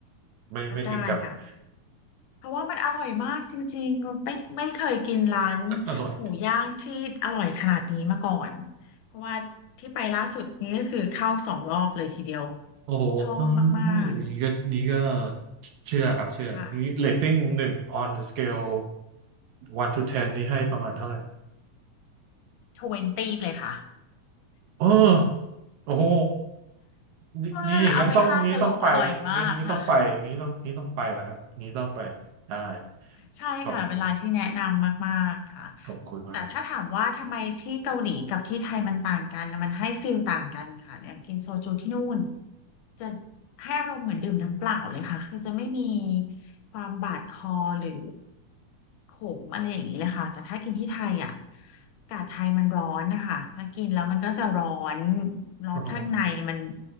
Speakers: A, on the right; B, on the left.
A: ไม่ไม่ถึงกับ
B: รับได้ค่ะ
A: <coughs>
B: เพราะว่ามันอร่อยมากจริงๆไม่ไม่เคยกินร้าน
A: <laughs> อร่อย
B: หมูย่างที่อร่อยขนาดนี้มาก่อนเพราะว่าที่ไปล่าสุดนี้ก็คือเข้าสองรอบเลยทีเดียว
A: โอ้โหเออ
B: ชอบมาก
A: อย่างนี้ก็นี้ก็เชื่อครับเชื่อ
B: ๆค่ะ
A: นี้เรตติ้งหนึ่ง on the scale one to ten นี่ให้ประมาณเท่าไหร่
B: ทเวนตี้เลยค่ะ
A: เออโอ้โหนี่นี่อย่างนั้นต้องนี้ต้องไป
B: <laughs> เอาไปห้ากะโหลกอร่อยมากค่ะ
A: งั้นนี้ต้องไป นี้ต้องนี้ต้องไปแล้วครับ นี้ต้องไป ได้
B: ใช่ค่ะเวลาที่แนะนำมากๆค่ะ
A: ขอบคุณขอบคุณมาก
B: แต่ถ้าถามว่าทำไมที่เกาหลีกับที่ไทยมันต่างกันนะมันให้ฟีลต่างกันค่ะอย่างกินโซจูที่นู่นจะให้อารมณ์เหมือนดื่มน้ำเปล่าเลยค่ะคือจะไม่มีความบาดคอหรือขมอะไรอย่างนี้เลยค่ะแต่ถ้ากินที่ไทยอ่ะอากาศไทยมันร้อนนะคะถ้ากินแล้วมันก็จะร้อนร้อนข้างในมัน
A: โอ้โห